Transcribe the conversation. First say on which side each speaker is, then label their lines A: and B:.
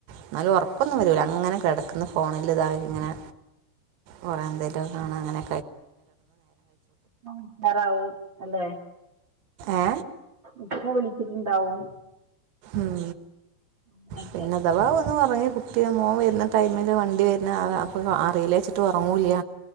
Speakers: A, on the right (about 80°); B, on the right (about 65°).
A: എന്നാലും ഉറക്കൊന്നും വരില്ല അങ്ങനെ ഇപ്പോ കിടക്കുന്ന ഫോണില്ല ഇതായ ഇങ്ങനെ കുറെേ എന്തേങ്കലുമും കാണ അങ്ങനെ
B: വിളിക്കറാവും അല്ലെ
A: ഏ
B: ഇക്ക വിളിച്ചിട്ടുണ്ടാവും
A: ഉം
B: അങ്ങനെയൊക്കെ
A: പിന്നെ അഥവാ ഒന്നു ഒറങ്ങ കുട്ടിയ മോൻ വരുന്ന ടൈമില് വണ്ടി വരുന്ന അപ്പൊ അറിയില്ല വച്ചിട്ട് ഉറങ്ങൂല്ല